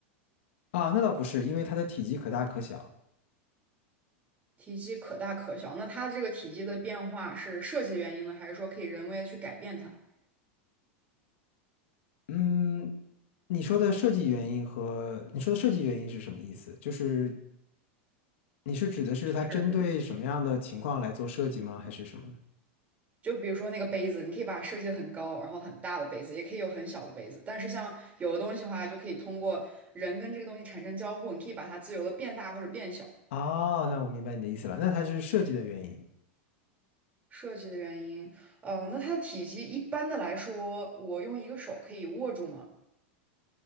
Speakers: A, on the left; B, on the right.
A: 啊，那倒不是，因为它的体积可大可小。
B: 体积可大可小。那它这个体积的变化是设计原因呢，还是说可以人为的去改变它？
A: 嗯，你说的设计原因和你说的设计原因是什么意思？就是你是指的是它针对什么样的情况来做设计吗？
B: 是，
A: 还是什么呢
B: 就比如说那个杯子，你可以把它设计的很高，然后很大的杯子，也可以有很小的杯子。但是像有的东西的话，就可以通过人跟这个东西产生交互，你可以把它自由的变大或者变小。
A: 哦，那我明白你的意思了，那它就是设计的原因
B: 设计的原因，呃，那它的体积一般的来说，我用一个手可以握住吗？